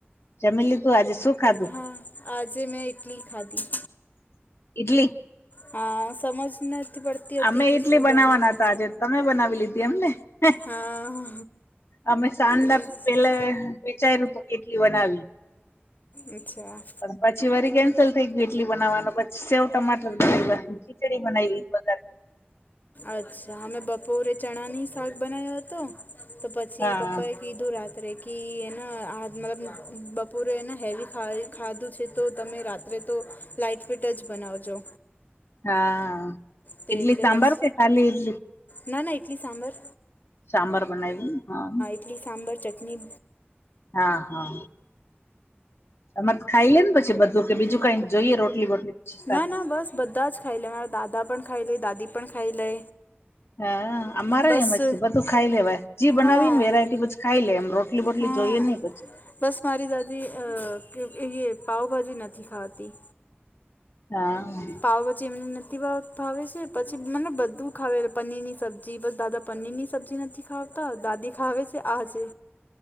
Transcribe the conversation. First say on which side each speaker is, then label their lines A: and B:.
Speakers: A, on the left; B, on the left.
A: જમી લીધુ આજે શું ખાધું
B: હા આજે મેં ઇટલી ખાધી
A: ઈડલી
B: હા સમજ નથી પડતી હતી
A: અમે
B: કે
A: ઈડલી
B: શું
A: બનાવવાના
B: બનાવી
A: હતા આજે તમે બનાવી લીધી એમને હે
B: હા
A: અમે ચાલા
B: એ જ છે
A: પેલે વીચાર્યું તો કેટલી બનાવી
B: અચ્છા.
A: પછી વારી કેન્સલ થઈ ગ્યું ઇટલી બનાવવાનું પછી સેવ ટમાટર બનાય્વા. ખીચડી બનાઈઈ વઘાર
B: અચ્છા અમે બપોરે ચણા ની શાક બનાવ્યો હતો તો પછી
A: હા
B: પપ્પા એ કીધું રાત્રે કે એને આ મતલબ બપોરે એને હેવી ખાય ખાધું છે તો તમે રાત ત્રે તો લાાઈટ ફિટ જ બનાવજો.
A: હા.
B: તે
A: ઈડલી
B: એટલે
A: સાંભાર
B: બછ
A: કે ખાલી ઈડલી
B: ના ના એટલી સાંભર
A: સાંભાર બનાય્વો હા.
B: ટલી સાંભાર ચટની
A: હા હા અમાંર ખાઈ લેને પછી બધું કે બીજું કઈક જોઈએ રોટલી બોટલી. પછી સાથે
B: ના ના બસ બધા જ ખાઈ લે મારા દાદા પણ ખાઈ લે દાદી પણ ખાઈ લે.
A: હા અમારે
B: બસ
A: એમ જ છે બધું ખાઈ લેવાય જી બનાવી
B: હા
A: ન વેરાયટી બધ ખાઈ લેમ રો ટલી બોટલી
B: હમ
A: જોઈએ નઈ પછી.
B: બસ મારી દાદી અ એ એ પાાવભાજી નથી ખાવાતી.
A: હા.
B: આ પછી એમને નથી વા ફાવે છે પછી મને બધું ખાવે. પનીર ની સબ્જી બસ દાદા પનીર ની સબ્જી નથી ખાવતા દાદી ખાવે છે આજે.